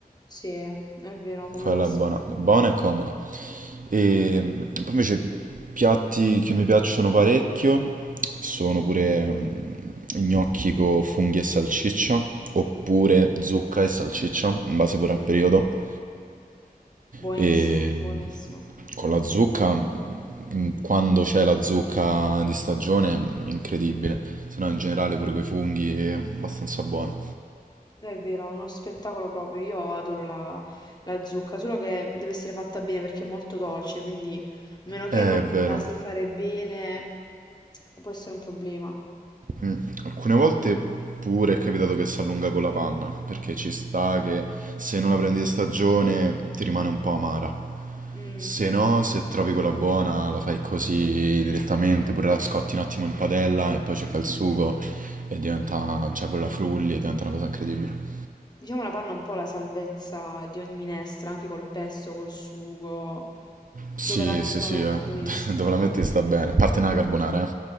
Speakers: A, on the left; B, on the right.
A: Sì, è è vero, comodissimo.
B: Quella è buona, buona e comoda. E mm, poi invece piatti che mi piacciono parecchio sono pure mm, gnocchi con funghi e salsiccia, oppure
A: Mm,
B: zucca e salsiccia, in base pure al periodo.
A: Buonissimo,
B: E mm,
A: buonissimo.
B: con la zucca, mm, quando c'è la zucca di stagione, mm, incredibile. Se no in generale pure quei funghi è abbastanza buona.
A: È vero, è uno spettacolo proprio. Io adoro la, la zucca, solo che deve essere fatta bene perché è molto dolce, quindi a meno che
B: Eh,
A: non
B: È vero.
A: la sai fare bene, può essere un problema.
B: Mm, Alcune volte pure è capitato che si allunga con la panna, perché ci sta che se non la prendi di stagione ti rimane un po' amara.
A: Mm.
B: Se no, se trovi quella buona, la fai così direttamente, pure la scotti un attimo in padella e poi ci fai il sugo e diventa, cioè pure la frulli e diventa una cosa incredibile.
A: Diciamo la panna è un po' la salvezza di ogni minestra, anche col pesto, col sugo.
B: Sì,
A: Dove la metti,
B: sì, sì,
A: la metti
B: eh.
A: buonissimo.
B: <laughs> Dove la metti sta bene, a parte nella carbonara, eh.